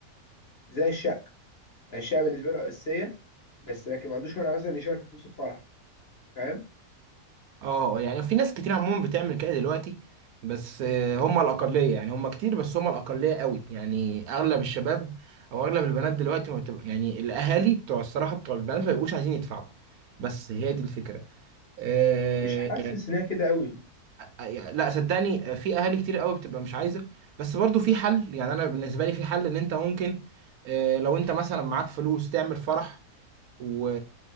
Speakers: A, on the left (about 40°); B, on the right (about 75°).
A: زي الشقة يعني الشقة بالنسبة له أساسية بس لكن ما عندوش مانع مثلا يشارك في فلوس الفرح فاهم
B: اه يعني في ناس كتير عموما بتعمل كده دلوقتي بس آه، هم الأقلية يعني هم كتير بس هم الأقلية قوي يعني أغلب الشباب أو أغلب البنات دلوقتي ما بتبقى يعني الأهالي بتوع الصراحة بتوع البنات ما بيبقوش عايزين يدفعوا بس هي دي الفكرة آه،
A: مش حاسس ان هي كده قوي
B: آه، لا صدقني آه، في أهالي كتير قوي بتبقى مش عايزة بس برضو في حل يعني أنا بالنسبة لي في حل إن أنت ممكن آه، لو أنت مثلا معاك فلوس تعمل فرح و...